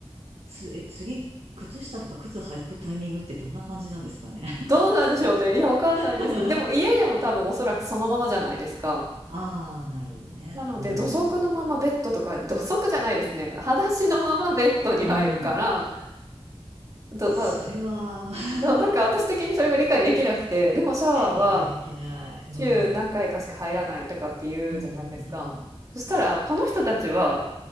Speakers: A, on the right; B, on the right.
A: つ、え、次、靴下とか靴履くタイミングってどんな感じなんですかね。
B: どうなんでしょうね。いや、わかんないです。
A: <laughs>
B: でも家でも多分おそらくそのままじゃないですか。
A: ああ、なるほどね。
B: なので、
A: うん。
B: 土足のままベッドとか土足じゃないですね。裸足のままベッドに入るから、
A: うん。
B: どまあ、
A: それは <laughs>
B: どなんか私的にそれが理解できなくて、でもシャワーは
A: 理解できない。うん。
B: 週何回かしか入らないとかっていうじゃないですか。
A: うんうんうん。
B: そしたら、この人たちは